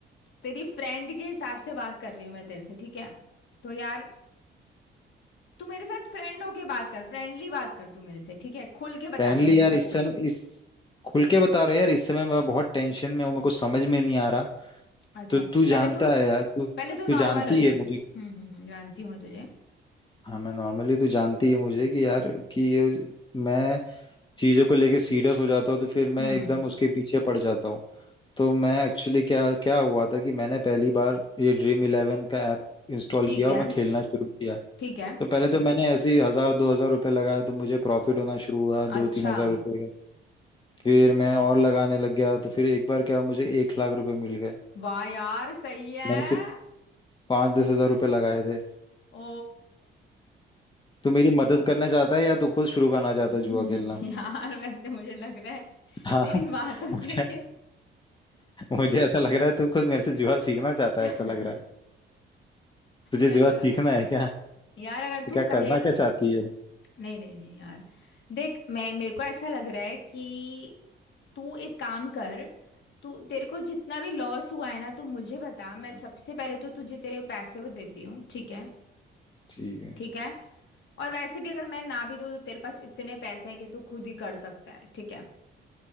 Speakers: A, on the left; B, on the left.
A: तेरी फ्रेंड के हिसाब से बात कर रही हूँ मैं तेरे से ठीक है तो यार तू मेरे साथ फ्रेंड होके बात कर फ्रेंडली बात कर तू मेरे से ठीक है खुल के
B: फ्रेंडली
A: बता दे मुझे
B: यार
A: सब
B: इस समय
A: कुछ
B: इस खुल के बता रहे यार इस समय मैं बहुत टेंशन में हूँ मेरे को समझ में नहीं आ रहा
A: अच्छा
B: तो तू जानता
A: पहले तू
B: है यार तू तू
A: पहले तू नॉर्मल
B: जानती
A: हो जा
B: है
A: हम्म
B: मुझे
A: हम्म हम्म, जानती हूँ मैं तुझे
B: हाँ मैं नॉर्मली तू जानती है मुझे कि यार कि ये मैं चीज़ों को लेके सीरियस हो जाता हूँ तो फिर मैं
A: हम्म
B: एकदम उसके पीछे पड़ जाता हूँ तो मैं एक्चुअली क्या क्या हुआ था कि मैंने पहली बार ये ड्रीम इलेवन का ऐप इंस्टॉल
A: ठीक
B: किया और
A: है
B: मैं खेलना शुरू किया
A: ठीक है
B: तो पहले तो मैंने ऐसे ही हजार दो हजार रुपये लगाया तो मुझे प्रॉफिट होना शुरू हुआ दो
A: अच्छा
B: तीन हजार रुपये का फिर मैं और लगाने लग गया तो फिर एक बार क्या हुआ मुझे एक लाख रुपए मिल गए
A: वाह यार सही है
B: मैंने सिर्फ पाँच दस हजार रुपये लगाए थे
A: ओ
B: तो मेरी मदद करना चाहता है या तो खुद शुरू करना चाहता
A: <laughs>
B: है जुआ खेलना
A: यार वैसे मुझे लग रहा है
B: हाँ
A: तेरी
B: <laughs>
A: बातों से
B: मुझे
A: के
B: मुझे ऐसा लग रहा है तू खुद मेरे से जुआ सीखना चाहता
A: <laughs>
B: है ऐसा लग रहा है तुझे
A: नहीं
B: जुआ
A: यार
B: सीखना है क्या
A: यार अगर
B: तो क्या
A: तू
B: करना
A: कहे
B: क्या चाहती है
A: नहीं नहीं नहीं यार देख मैं मेरे को ऐसा लग रहा है कि तू एक काम कर तू तेरे को जितना भी लॉस हुआ है ना तू मुझे बता मैं
B: हम्म।
A: सबसे पहले तो तुझे तेरे पैसे वो देती हूँ ठीक है
B: ठीक है
A: ठीक है और वैसे भी अगर मैं ना भी दूँ तो तेरे पास इतने पैसे हैं कि तू खुद ही कर सकता है ठीक है